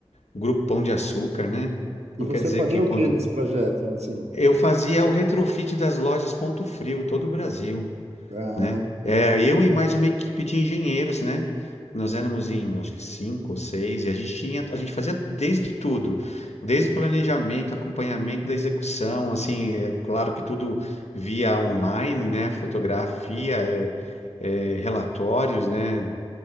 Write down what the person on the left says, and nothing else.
Grupo Pão de Açúcar, né? Então
quer dizer
que
quando.
Eu fazia o retrofit das lojas Ponto Frio, todo o Brasil
né? É, eu e mais uma equipe de engenheiros, né? Nós éramos em, acho que cinco ou seis, e a gente tinha, a gente fazia desde tudo, desde planejamento, acompanhamento da execução, assim, é claro que tudo via online, né? Fotografia, é, é, relatórios, né?